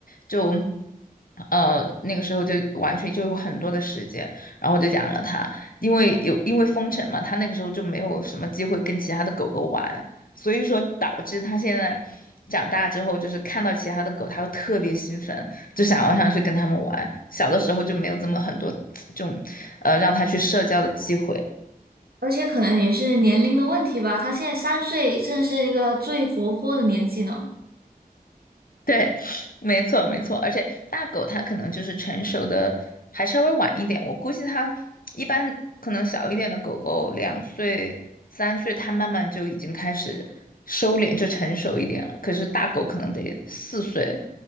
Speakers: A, on the left; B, on the right.
A: 就。呃，那个时候就完全就有很多的时间，然后我就养了它，因为有因为封城嘛，它那个时候就没有什么机会跟其他的狗狗玩，所以说导致他现在长大之后，就是看到其他的狗，他会特别兴奋，就想要上去跟它们玩。小的时候就没有这么很多 <tsk> 这种，呃，让他去社交的机会。
B: 而且可能也是年龄的问题吧，他现在三岁，正是一个最活泼的年纪呢。
A: 对，没错没错，而且大狗它可能就是成熟的还稍微晚一点，我估计它一般可能小一点的狗狗两岁三岁，它慢慢就已经开始收敛，就成熟一点了。可是大狗可能得四岁